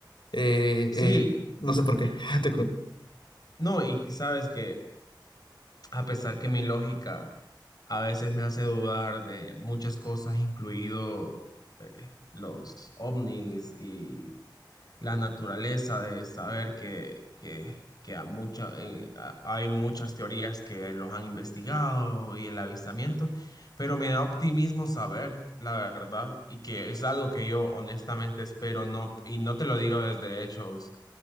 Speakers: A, on the left; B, on the left.
A: Eh,
B: Sí,
A: eh, no sé por qué, <laughs> te juro.
B: no, y y sabes que a pesar que mi lógica a veces me hace dudar de muchas cosas, incluido los ovnis y la naturaleza, de saber que, que, que a mucha, eh, a- hay muchas teorías que los han investigado y el avistamiento, pero me da optimismo saber la verdad y que es algo que yo honestamente espero, no, y no te lo digo desde hechos